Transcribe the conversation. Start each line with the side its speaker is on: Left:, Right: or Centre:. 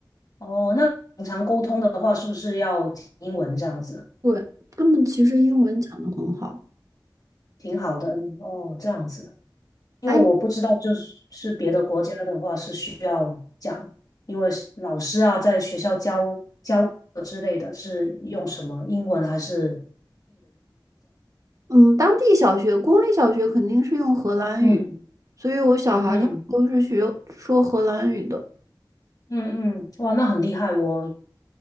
Left: 哦，那平常沟通的话，是不是要讲英文这样子？
Right: 对，他们其实英文讲的很好。
Left: 挺好的哦，这样子。因为我不知道，
Right: 哎，
Left: 就是是别的国家的话是需要讲，因为老师啊在学校教教课之类的，是用什么英文还是？
Right: 嗯，当地小学、公立小学肯定是用荷兰语，
Left: 嗯
Right: 所以我小孩他们都是学说荷兰语的，
Left: 嗯嗯嗯，哇，那很厉害哦。